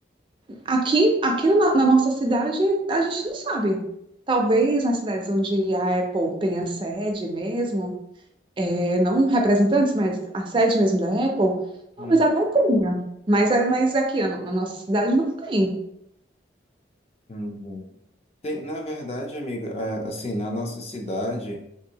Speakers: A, on the right; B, on the left.
A: Aqui, aqui na, na nossa cidade, a gente não sabe. Talvez nas cidades onde a Apple tenha sede mesmo, é, não representantes, mas a sede mesmo da Apple, talvez
B: Hum,
A: até tenha. Mas, é- mas é aqui na, na nossa cidade não tem.
B: hum. Tem, na verdade, amiga, a- assim, na nossa cidade